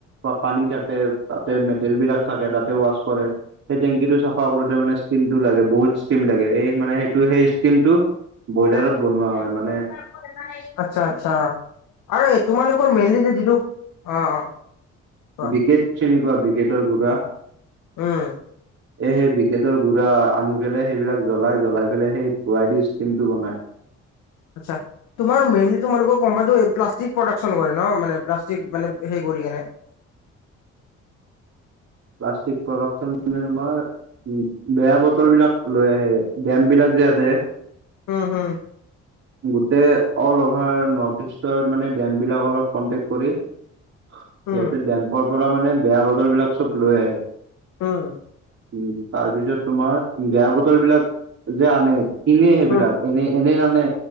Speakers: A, on the right (about 55°); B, on the left (about 90°).
A: পা পানী থাকে তাতে মেটেল বিলাক থাকে তাতে ৱাশ কৰে সেই টেংকিটো চাফা কৰোতে মানে ষ্টিমটো লাগে বহুত ষ্টিম লাগে এই মানে সেইটো সেই ষ্টিমটো। ব্ৰইলাৰত
B: চাও
A: বনোৱা
B: <unintelligible>
A: হয় মানে
B: দেখা হেৰী আতচা আতচা আৰু এই তোমালোকৰ মেইনলি যে যিটো অ', অ' কোৱা
A: বিকেট চিনি পোৱা বিকেটৰ গুঢ়া
B: উম।
A: এ সেই বিকেটৰ গুড়া আনি পেলাই সেইবিলাক জ্বলাই জ্বলাই পেলাই সেই ধুৱাই দি ষ্টিম টো বনাই।
B: আতছা তোমাৰ মেইনলি তোমালোকৰ কমপাতো প্লাষ্টিক প্ৰডাকচন কৰে ন মানে প্লাষ্টিক মানে হে কৰি কেনে।
A: প্লাষ্টিক প্ৰদাকশ্যন মানে তোমাৰ উম বেয়া বতল বিলাক লৈ আহে ডেম বিলাক যে আছে।
B: উম হম
A: গোটেই অল অভাৰ নৰ্থ ইষ্টৰ মানে ডেম বিলাকৰ লগত কনটেক্ট কৰি সা সিহতে
B: উম
A: ডেম্পৰ পৰা মানে বেয়া বতল বিলাক চব লৈ আহে।
B: উম।
A: উম তাৰ পিছত তোমাৰ বেয়া বতল বিলাক যে আনে কিনে সেইবিলাক
B: উম
A: এনে এ এনে নানে